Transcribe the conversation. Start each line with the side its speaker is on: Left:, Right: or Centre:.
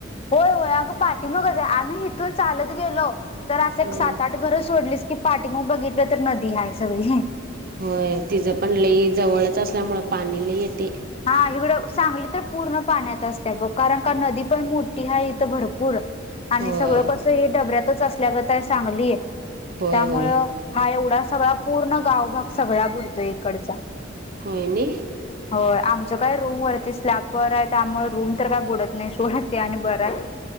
Left: होय होय अगं पाठी मगच आहे आम्ही हिथून चालत गेलो. तर असं
Right: हम.
Left: एक सात आठ घरं सोडलीस की पाठी माग बघितलं तर नदी हाय सगळी.
Right: होय तिचं पण लई जवळच असल्यामुळ पाणी लई येतय.
Left: हा इकडं सांगली तर पूर्ण पाण्यात असते बघ कारण का नदी पण मोठी आहे इथं भरपूर आणि
Right: होय.
Left: सगळं कसं हे डबऱ्यातच असल्यागत हाय सांगली
Right: होय
Left: त्यामुळं
Right: होय
Left: हा एवढा सगळा पूर्ण गावभग सगळा बुडतोय इकडचा.
Right: होय नी.
Left: होय. आमचं काय रूमवरती स्लॅपवर आहे त्यामुळे रूम तर काय बुडत नाही सोड ते आणि बरं आहे